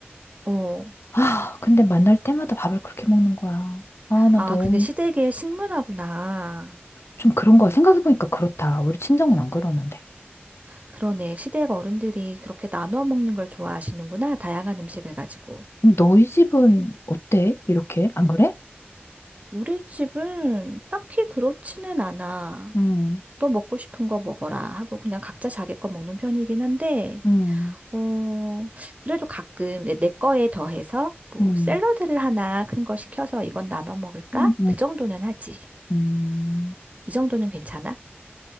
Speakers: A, on the right; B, on the left.
A: 어.
B: 아, 근데 만날 때마다 밥을 그렇게 먹는 거야. 아, 나
A: 아,
B: 너무,
A: 그게 시댁의 식문화구나.
B: 좀 그런 거야. 생각해보니까 그렇다. 우리 친정은 안 그러는데.
A: 그러네. 시댁 어른들이 그렇게 나눠 먹는 걸 좋아하시는구나. 다양한 음식을 가지고.
B: 너희 집은 어때? 이렇게? 안 그래?
A: 우리 집은 딱히 그렇지는 않아.
B: 음,
A: 너 먹고 싶은 거 먹어라 하고 그냥 각자 자기 거 먹는 편이긴 한데,
B: 음,
A: 어, 그래도 가끔 내, 내 거에 더해서 뭐
B: 음,
A: 샐러드를 하나 큰 거 시켜서 이건 나눠 먹을까?
B: 음,
A: 그 정도는 하지.
B: 음.
A: 이 정도는 괜찮아?